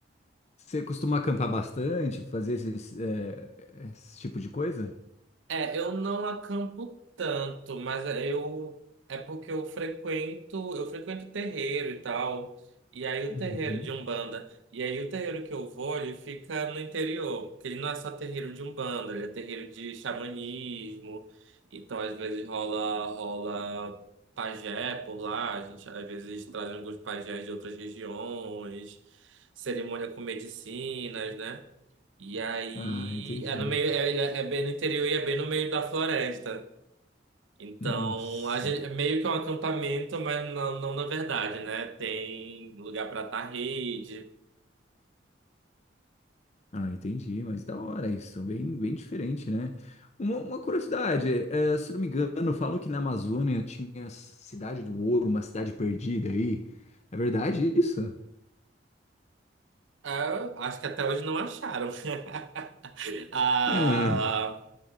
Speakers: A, on the left; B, on the right.
A: Você costuma acampar bastante, fazer esses, eh, esse tipo de coisa?
B: É, eu não acampo tanto, mas é, eu é porque eu frequento, eu frequento terreiro e tal. E aí o
A: Uhum.
B: terreiro de Umbanda, e aí o terreiro que eu vou, ele fica no interior, porque ele não é só terreiro de Umbanda, ele é terreiro de xamanismo. Então às vezes rola rola pajé por lá, a gente às vezes traz alguns pajés de outras regiões, cerimônia com medicinas, né? E aí
A: Ah, entendi.
B: é no meio, é, ele é bem no interior e é bem no meio da floresta. Então,
A: Nossa.
B: a gente, é meio que um acampamento, mas não, não na verdade, né? Tem lugar para atar rede.
A: Ah, entendi, mas da hora isso, bem, bem diferente, né? Uma, uma curiosidade, eh, se não me engano, falam que na Amazônia tinha a Cidade do Ouro, uma cidade perdida aí. É verdade isso?
B: Ah, acho que até hoje não acharam. <laughs> Ah,
A: É,